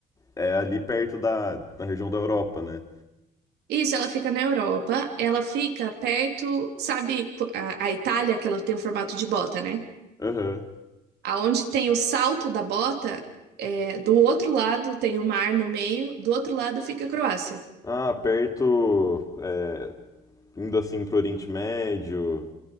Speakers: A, on the left; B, on the right.
A: é ali perto da, da região da Europa, né?
B: Isso, ela fica na Europa, ela fica perto, sabe, co- a, a Itália, que ela tem o formato de bota, né?
A: Aham.
B: Aonde tem o salto da bota, é, do outro lado tem o mar no meio, do outro lado fica a Croácia.
A: Ah, perto, é, indo assim pro Oriente Médio.